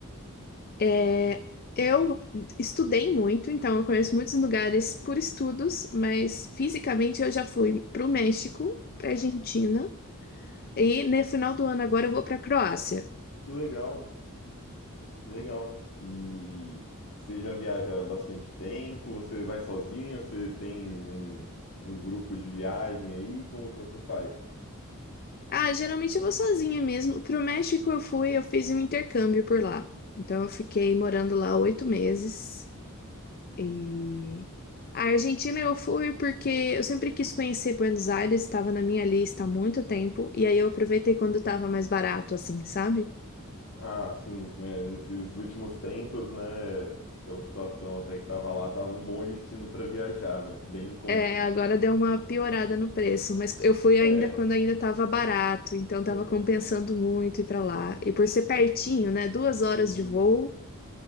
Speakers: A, on the left; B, on the left.
A: É, eu estudei muito, então eu conheço muitos lugares por estudos, mas fisicamente eu já fui para o México, para Argentina, e no final do ano agora eu vou para Croácia.
B: Que legal, que legal. E você já viaja há bastante tempo? Você vai sozinha? Você tem um, um grupo de viagem aí? Como que você faz?
A: Ah, geralmente eu vou sozinha mesmo. Para o México eu fui, eu fiz um intercâmbio por lá. Então eu fiquei morando lá oito meses. E a Argentina eu fui porque eu sempre quis conhecer Buenos Aires, estava na minha lista há muito tempo, e aí eu aproveitei quando estava mais barato, assim, sabe?
B: Ah, sim, né, nesses últimos tempos, né, pela situação até que tava lá, tava um bom destino para viajar, né? Bem em conta.
A: É, agora deu uma piorada no preço, mas eu fui
B: É,
A: ainda quando ainda estava barato, então estava
B: <laughs>
A: compensando muito ir para lá. E por ser pertinho, né? Duas horas
B: sim,
A: de voo,